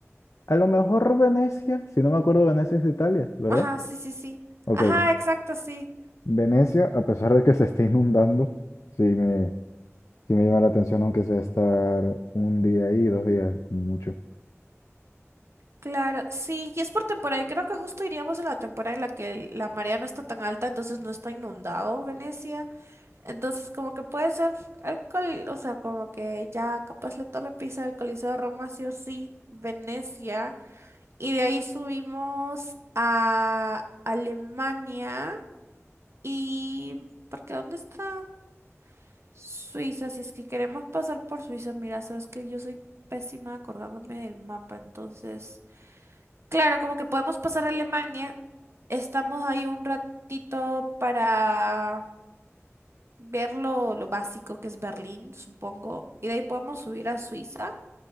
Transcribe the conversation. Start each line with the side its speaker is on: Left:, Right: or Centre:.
Left: a lo mejor Venecia, si no me acuerdo, Venecia es de Italia, ¿verdad?
Right: Ajá, sí, sí, sí.
Left: Ok,
Right: Ajá,
Left: bien.
Right: exacto, sí.
Left: Venecia, a pesar de que se esté <laughs> inundando, sí me, sí me llama la atención, aunque sea estar un día ahí, dos días, como mucho.
Right: Claro, sí, y es por temporada. Y creo que justo iríamos en la temporada en la que el- la marea no está tan alta, entonces no está inundado Venecia. Entonces, como que puede ser el col- o sea, como que ya capaz la Torre Pisa, el Coliseo de Roma, sí o sí, Venecia. Y de ahí subimos a Alemania. Y, porque ¿dónde está? Suiza, si es que queremos pasar por Suiza, mira, sabes que yo soy pésima acordándome del mapa, entonces, claro, como que podemos pasar a Alemania, estamos ahí un ratito para ver lo, lo básico que es Berlín, supongo, y de ahí podemos subir a Suiza,